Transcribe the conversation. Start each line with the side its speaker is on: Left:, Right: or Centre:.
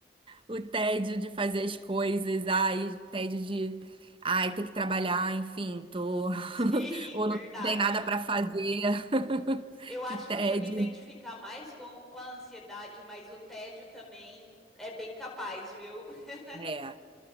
Right: O tédio de fazer as coisas, ai, tédio de, ai, ter que trabalhar, enfim, tô
Centre: Sim,
Right: <laughs> ou
Centre: verdade,
Right: não tem nada
Centre: hein?
Right: para fazer. <laughs>
Centre: Eu acho
Right: Que tédio.
Centre: que eu ia me identificar mais com, com a ansiedade, mas o tédio também é bem capaz, viu? <laughs>
Right: É.